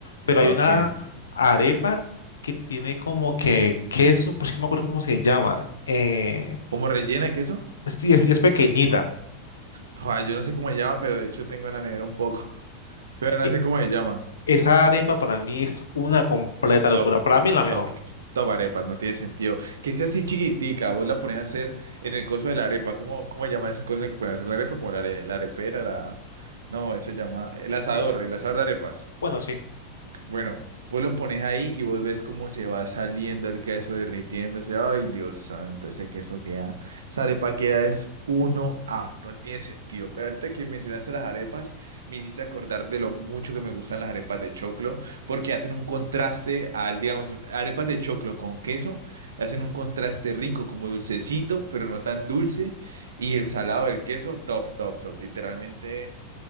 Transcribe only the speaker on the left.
pero
hay una arepa que tiene como que queso, pues que no me acuerdo cómo se llama. Eh,
es- y es, y es pequeñita.
E-
Esa arepa para mí es una completa locura.
Para mí es la mejor.
Eh,
Bueno, sí.